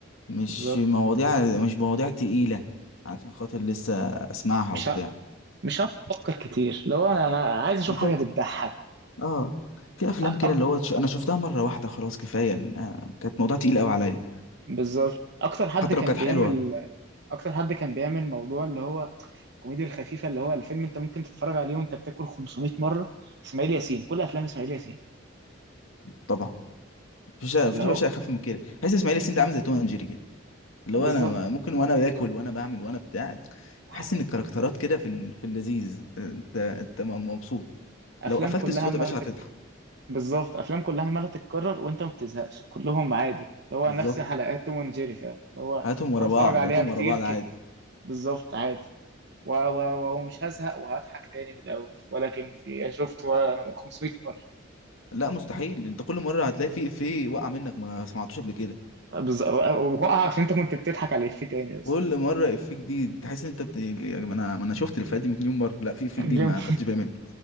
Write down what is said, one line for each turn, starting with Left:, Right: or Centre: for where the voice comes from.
Left: مش
Right: بالظبط
Left: مواضيع مش مواضيع تقيلة علشان خاطر لسه اسمعها
Right: مش
Left: وبتاع
Right: ه... مش هقعد افكر كتير لو انا انا عايز اشوف
Left: بالظبط
Right: حاجه بتضحك
Left: اه في افلام
Right: أك...
Left: كده اللي هو تش- انا شفتها مرة واحدة خلاص كفاية آه، كانت موضوع تقيل قوي عليا
Right: بالظبط اكتر حد
Left: حتى
Right: كان
Left: لو كانت
Right: بيعمل
Left: حلوة
Right: اكتر حد كان بيعمل موضوع اللي هو الكوميديا الخفيفه اللي هو الفيلم انت ممكن تتفرج عليه وانت بتاكل 500 مره اسماعيل ياسين كل افلام اسماعيل ياسين
Left: طبعا مفيش مفيش
Right: اللي هو
Left: يا باشا اخف من كده حاسس اسماعيل ياسين ده عامل زي توم اند جيري كده اللي هو
Right: بالظبط
Left: انا ممكن وانا باكل وانا بعمل وانا بتاع تحس
Right: ح-
Left: ان الكاركترات كده في ال- في اللذيذ انت انت م- مبسوط
Right: افلام
Left: لو قفلت
Right: كلها
Left: الصوت يا باشا هتضحك
Right: بالظبط افلام كلها عماله تتكرر وانت ما بتزهقش كلهم عادي اللي هو
Left: بالظبط
Right: نفس حلقات توم اند جيري فعلا اللي هو
Left: هاتهم ورا
Right: هتفرج
Left: بعض
Right: عليها
Left: هاتهم
Right: كتير
Left: ورا بعض
Right: ك...
Left: عادي
Right: بالظبط عادي و... و... و... ومش هزهق وهضحك تاني من الاول ولكن في يعني شفت و... 500 مره
Left: لا مستحيل انت كل مره هتلاقي في افيه وقع منك ما سمعتوش قبل كده
Right: بالظبط وقع عشان انت كنت بتضحك على الافيه تاني اصلا
Left: كل مره افيه جديد تحس ان انت بت... يعني ما انا ما انا شفت الافيهات دي مليون مره لا في افيه
Right: يعني
Left: جديد
Right: جامد.
Left: ما خدتش بالي منه